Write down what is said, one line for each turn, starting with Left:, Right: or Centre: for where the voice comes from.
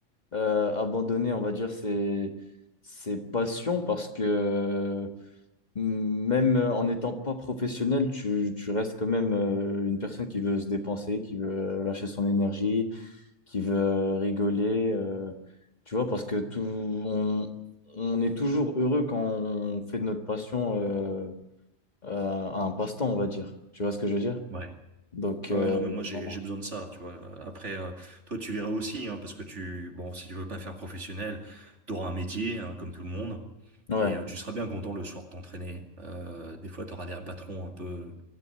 Left: euh, abandonner, on va dire, ses, ses passions parce que euh, même euh, en n'étant pas professionnel, tu, tu restes quand même euh, une personne qui veut se dépenser, qui veut euh, lâcher son énergie qui veut rigoler, euh, tu vois, parce que tout, on, on est toujours heureux quand on fait de notre passion euh, euh, un passe-temps, on va dire. Tu vois ce que je veux dire?
Right: Ouais.
Left: Donc,
Right: Ah
Left: euh,
Right: Ouais, non, mais moi j'ai
Left: voilà.
Right: j'ai besoin de ça, tu vois. Euh, Après, euh, toi tu verras aussi, hein, parce que tu, bon, si tu veux pas faire professionnel, t'auras un métier, hein, comme tout le monde,
Left: ouais,
Right: et euh, tu seras bien content le soir de t'entraîner. Euh, des fois, t'auras des patrons un peu,